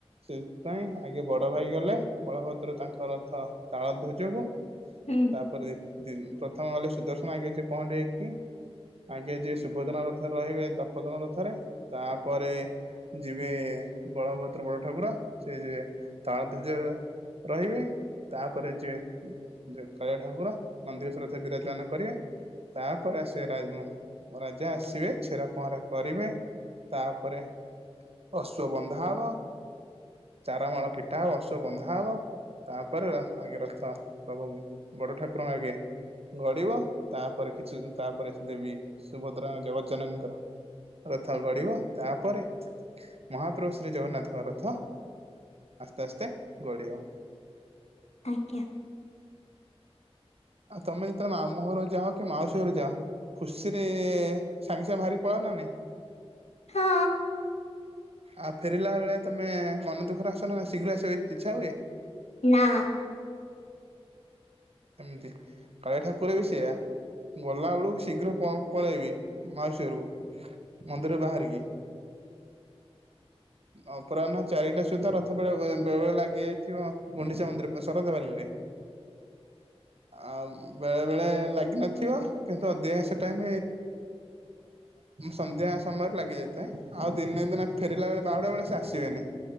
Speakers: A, on the right; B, on the left.
A: ସେଥିପାଇଁ ଆଗେ ବଡ ଭାଇ ଗଲେ ବଳଭଦ୍ର ତାଙ୍କ ରଥ ତାଳ ଧ୍ୱଜକୁ।
B: ହୁଁ।
A: ତାପରେ। ପ୍ରଥମ ଗଲେ ସୁଦର୍ଶନ ଆଗେ ଯିଏ ପହଁଣ୍ଡି ହେଇକି ଆଗେ ଯିଏ ସୁଭଦ୍ରାଙ୍କ ରଥରେ ରହିବେ ଦର୍ପଦଳନ ରଥରେ ତାପରେ ଯିବେ ବଳଭଦ୍ର ବଡ଼ ଠାକୁର ସେ ଯିଏ ତାଳ ଧ୍ୱଜରେ ରହିବେ ତାପରେ ଯିବେ କଳିଆ ଠାକୁର। ନନ୍ଦିଘୋଷ ରଥରେ ବିରାଜମାନ କରିବେ ତାପରେ ଆସିବେ ରାଜା ଆସିବେ ଛେରା ପହଁରା କରିବେ ତାପରେ ଅଶ୍ଵ ବନ୍ଧା ହବ ଚାରମାଳ ପିଠା ହବ ଅଶ୍ୱ ବନ୍ଧା ହବ ତାପରେ ଆଗେରଥ ପ୍ରଭୁ ବଡ଼ ଠାକୁରଙ୍କ ଆଗେ। ଗଡିବ ତାପରେ କିଛି ତାପରେ ଦେବୀ ସୁଭଦ୍ରାଙ୍କ ଜଗଜ୍ଜଙ୍କର ରଥ ଗଢିବ ତାପରେ ମହାପ୍ରଭୁ ଶ୍ରୀ ଜଗନ୍ନାଥଙ୍କ ରଥ ଆସ୍ତେ ଆସ୍ତେ ଗଡିବ।
B: ଆଜ୍ଞା।
A: ଆଉ ତମେ ଯେତେବେଳେ ମାମୁଁ ଘର ଯାଅ କି ମାଉସୀ ଘର ଯାଅ ଖୁସିରେ ସାଙ୍ଗେ ସାଙ୍ଗେ ବାହାରି ପଳାଅ ନା ନାଇଁ?
B: ହଁ।
A: ଆଉ ଫେରିଲା ବେଳେ ତମେ ମନ ଦୁଃଖରେ ଆସ ନା ଶୀଘ୍ର ଆସିବାକୁ ଇଚ୍ଛା ହୁଏ।
B: ନା।
A: ଏମିତି କାଳିଆ ଠାକୁର ବି ସେୟା ଗଲା ବେଳକୁ ଶୀଘ୍ର ପଳେଇବେ ମାଉସୀ ଘରକୁ ମନ୍ଦିରରୁ ବାହାରିକି ଅପରାହ୍ନ ଚାରିଟା ସୁଦ୍ଧା ରଥ ବେଳେବେଳେ ଲାଗି ଯାଇଥିବ ଗୁଣ୍ଡିଚା ମନ୍ଦିର ଶରଧା ବାଲିରେ। ଆଉ ବେଳେ ବେଳେ ଲାଗିନଥିବ କିନ୍ତୁ ଅଧିକାଂଶ ଟାଇମ ସନ୍ଧ୍ୟା ସମୟରେ ଲାଗି ଯାଇଥାଏ ଆଉ ଦିନେ ଦିନେ ଫେରିଲା ବେଳେ ବାହୁଡା ବେଳେ ସେ ଆସିବେନି